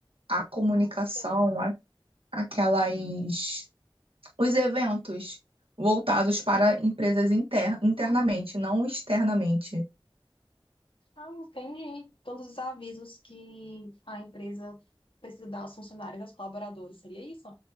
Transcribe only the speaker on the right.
A comunicação,
a- aquelas Os eventos voltados para empresas inter- internamente, não externamente.